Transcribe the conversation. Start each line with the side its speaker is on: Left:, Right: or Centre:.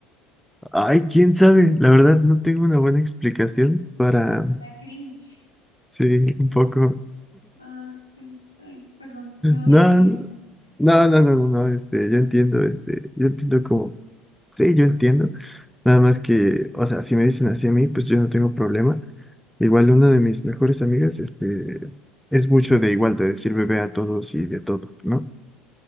Centre: Ay, quién sabe, la verdad no tengo una buena explicación para...
Left: Te da cringe.
Centre: Sí, un poco.
Left: Ah, bueno, está bien. Perdón, me odiarías
Centre: No, no,
Left: entonces.
Centre: no, no, no, no, este, yo entiendo, este, yo entiendo como, sí, yo entiendo, nada más que, o sea, si me dicen así a mí, pues yo no tengo problema. Igual una de mis mejores amigas, este, es mucho de igual, de decir bebé a todos y de todo, ¿no?